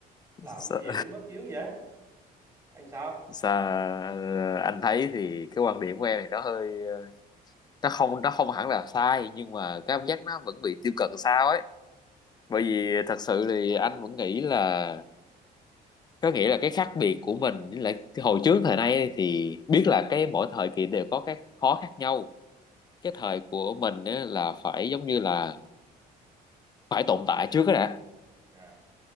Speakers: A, on the right; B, on the left.
A: làm
B: Sa-
A: cái gì đến mức dữ vậy anh sao
B: sa- anh thấy thì cái quan điểm của em thì nó hơi ờ, nó không nó không hẳn là sai nhưng mà cái cảm giác nó vẫn bị tiêu cực sao ấy bởi vì thật sự thì anh vẫn nghĩ là có nghĩa là cái khác biệt của mình với lại cái hồi trước thời nay ấy thì biết là cái mỗi thời kỳ đều có các khó khác nhau cái thời của mình ấy là phải giống như là phải tồn tại trước đó đã
A: Dạ.